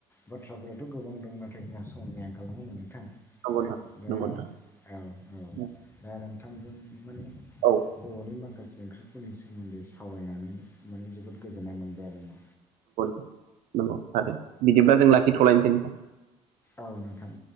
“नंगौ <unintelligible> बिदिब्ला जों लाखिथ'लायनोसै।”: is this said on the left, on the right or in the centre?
Right